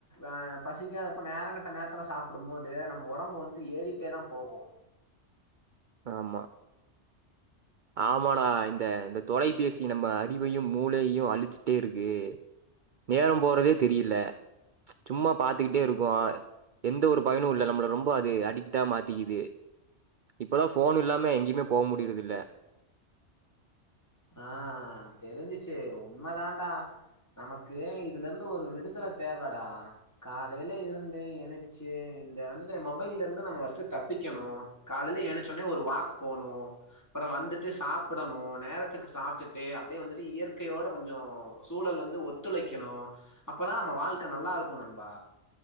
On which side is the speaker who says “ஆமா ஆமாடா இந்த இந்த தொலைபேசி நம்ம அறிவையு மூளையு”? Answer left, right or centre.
Right